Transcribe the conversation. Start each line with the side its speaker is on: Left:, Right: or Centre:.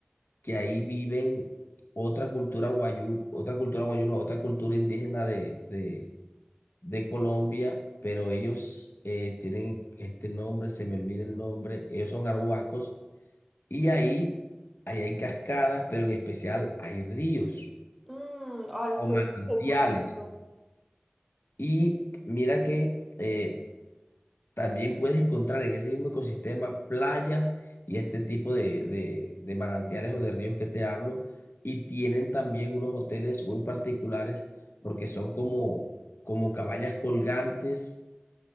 Left: que ahí viven otra cultura guayú, otra cultura guayú, no, otra cultura indígena de, de, de Colombia, pero ellos eh, tienen este nombre, se me olvida el nombre, ellos son arhuacos, y ahí, ahí hay cascadas, pero en especial hay ríos
Centre: Mm, ah, esto
Left: o manantiales.
Centre: debe ser muy bonito.
Left: Y mira que eh, también puedes encontrar en ese mismo ecosistema playas y este tipo de, de- de manantiales o de ríos que te hablo. Y tienen también unos hoteles muy particulares porque son como, como cabañas colgantes